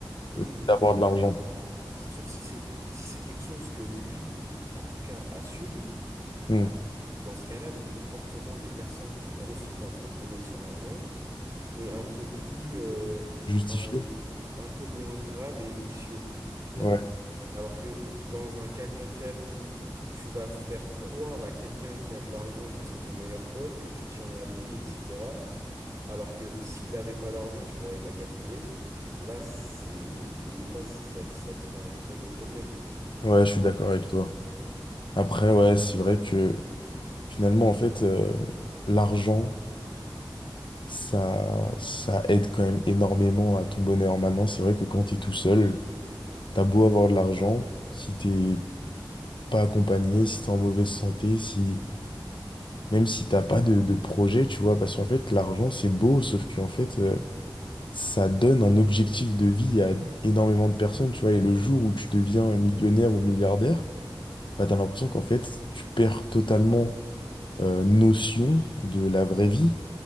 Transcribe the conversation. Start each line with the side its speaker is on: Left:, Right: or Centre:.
Right: Oui,
Left: euh,
Right: oui, oui,
Left: d'avoir
Right: oui, c'est
Left: de l'argent.
Right: sûr. C'est sûr, si c'est si c'est quelque chose que lui, en tout cas, assume,
Left: Hmm.
Right: bah, dans ce cas-là, le comportement des personnes qui profitent, entre guillemets, de son argent, et un peu plus, euh,
Left: Justifié.
Right: enfin, et- et un peu moins grave et vicieux, tu vois.
Left: Ouais.
Right: Alors que dans un cas contraire où tu vas faire croire à quelqu'un qui a de l'argent que c'est ton meilleur pote, que tu tiens à lui, etc. Alors que s'il n'avait pas d'argent, tu l'aurais pas calculé. Là, c'est, là, ça, ça devient un très gros problème.
Left: Ouais, je suis d'accord avec toi. Après, ouais, c'est vrai que finalement, en fait, euh, l'argent, ça, ça aide quand même énormément à ton bonheur. Maintenant, c'est vrai que quand t'es tout seul, t'as beau avoir de l'argent, si t'es pas accompagné, si t'es en mauvaise santé, si même si t'as pas de, de projet, tu vois, parce qu'en fait, l'argent, c'est beau, sauf qu'en fait, euh, ça donne un objectif de vie à énormément de personnes, tu vois. Et le jour où tu deviens millionnaire ou milliardaire, bah, t'as l'impression qu'en fait, tu perds totalement euh, notion de la vraie vie.